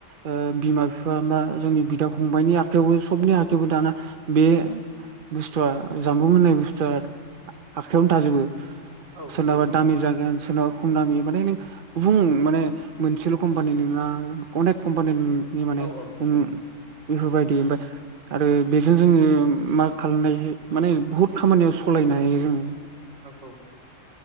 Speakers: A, on the right; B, on the right.
A: ओ बिमा बिफा बा जोंनि बिदा फंबाइनि आखायावबो सबनि आखाइायावबो दाना बे बुस्थुआ जामबुं होननाय बुस्थुआ आखाइयावनो थाजोबो।
B: औ
A: सेरनाबा
B: थायो नोंथां
A: दामि जागोन सोरनाव खम दामि। माने नों गुबुं माने मोनसेल' कम्पानि नङा अनेक कम्पानि माने
B: औ औ नंगौ
A: उ
B: नोंथां
A: बेफोरबायदि ओमफ्राय आरो बेजों जोङो मा खालामनाय माने बुहुत खामानियाव सलायनो हायो जोङो।
B: औ औ